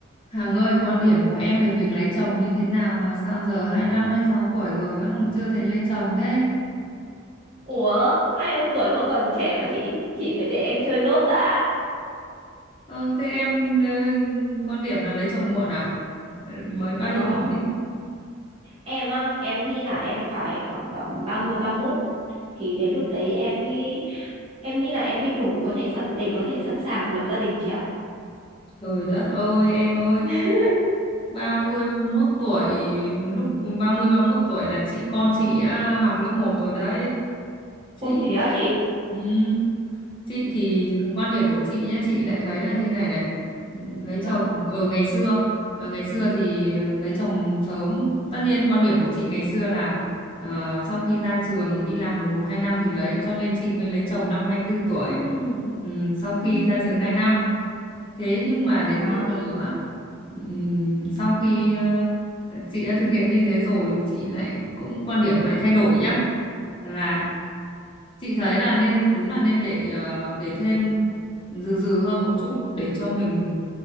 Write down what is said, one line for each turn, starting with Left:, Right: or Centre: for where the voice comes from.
Left: Hằng ơi, quan điểm của em về việc lấy chồng như thế nào mà sao giờ hai lăm hai sáu tuổi rồi vẫn còn chưa thấy lấy chồng thế?
Right: Ủa, hai năm tuổi vẫn còn trẻ mà chị, chị phải để em chơi nốt đã.
Left: Ừ, thế em ờ, quan điểm là lấy chồng muộn à? Ờ, Mới bao
Right: Vâng,
Left: nhiêu tuổi đi?
Right: em á, em nghĩ là em phải khoảng tầm ba mươi ba mốt thì đến lúc đấy em mới em nghĩ là em mới đủ có thể sẵn để có thể sẵn sàng lập gia đình chị ạ.
Left: Trời đất ơi, em ơi,
Right: <laughs>
Left: ba mươi ba mốt tuổi, lúc ba mươi ba mốt tuổi là chị con chị à, học lớp một rồi đấy. chị
Right: Ôi thế á chị.
Left: ừm, chị thì quan điểm của chị nhé chị lại thấy là như này này lấy
Right: đó
Left: chồng ở ngày xưa ờ, ngày xưa thì lấy chồng sớm tất nhiên quan điểm của chị ngày xưa là ờ, sau khi ra trường đi làm được một hai năm thì lấy cho nên chị mới lấy chồng năm 24 tuổi
Right: Ừm,
Left: Ừm, sau khi
Right: ừm,
Left: ra trường 2 năm thế nhưng mà đến
Right: Wow.
Left: bây giờ á ừm, sau khi ờ, chị đã thực hiện như thế rồi thì chị lại cũng quan điểm lại thay đổi nhá là chị thấy là nên đúng là nên để ờ, để thêm dừ dừ hơn một chút để cho mình